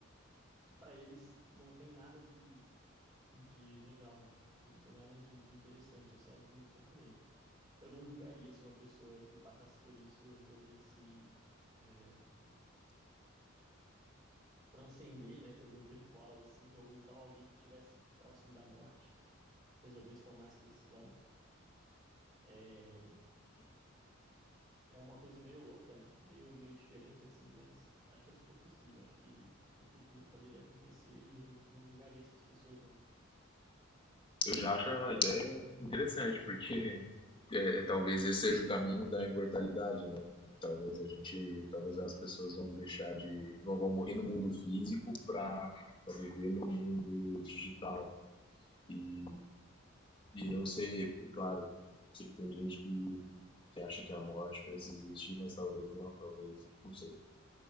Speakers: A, on the right; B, on the left.
A: que para eles não tem nada de de legal, né? De, não tem nada de, de interessante, é só muito sofrimento. Eu não julgaria se uma pessoa que passasse por isso resolvesse é, transcender, né, para o mundo virtual, assim, ou então alguém que tivesse próximo da morte resolvesse tomar essa decisão. É, é uma coisa meio louca, né? Meio, meio diferente, assim, mas acho que é super possível. Acho que no futuro poderia acontecer e eu não, não julgaria essas pessoas, não.
B: Eu já acho a ideia interessante, porque é, é, talvez esse seja o caminho da imortalidade, né? Talvez a gente, talvez as pessoas vão deixar de, não vão morrer no mundo físico para viver no mundo digital. E, e não sei, é claro, sei que tem gente que, que acha que a morte precisa existir, mas talvez não, talvez, não sei.